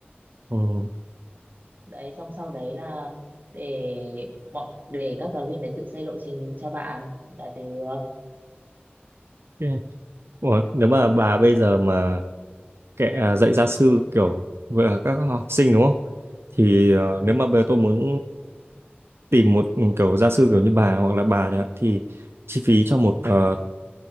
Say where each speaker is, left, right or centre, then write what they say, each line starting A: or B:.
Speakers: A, on the right; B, on the right.
A: ừ.
B: Đấy, xong sau đấy là để mọi để các giáo viên đấy tự xây lộ trình cho bạn là được.
A: ok. Ủa, nếu mà bà bây giờ mà kệ à, dạy gia sư kiểu về các học sinh đúng không thì ờ,
B: Ừ,
A: nếu mà bây giờ tôi muốn tìm một ừ, kiểu gia sư kiểu như bà hoặc là bà chẳng hạn thì chi phí
B: ừ,
A: cho một ờ,